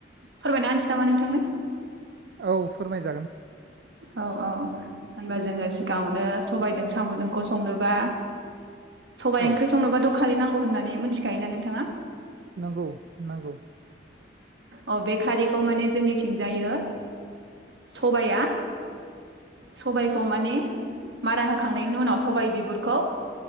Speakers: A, on the right (about 80°); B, on the right (about 60°).
A: फोरमायना होनसै नामा नोंथांनो।
B: औ फोरमायजागोन।
A: औ औ होनबा जोङो सिगाङावनो सबायजों सामजोंखौ संनोबा सबाय
B: औ
A: ओंख्रि संनोबा थ' खारै नांगौ होननानै मिथिखायोना नोंथाङा?
B: नंगौ नंगौ
A: अ' बे खारैखौ माने जोंनिथिं जायो सबाया सबायखौ माने मारा होखांनायनि उनाव सबाय बिगुरखौ